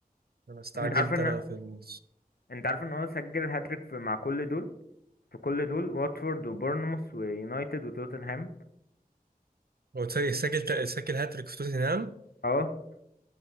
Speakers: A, on the right; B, on the left.
A: انا استعجلت
B: انت عارف ان
A: انا في ال...
B: انت عارف ان هو سجل هاتريك في... مع كل دول في كل دول واتفورد وبورنموث ويونايتد وتوتنهام
A: هو ثانية سجل سجل هاتريك في توتنهام
B: اه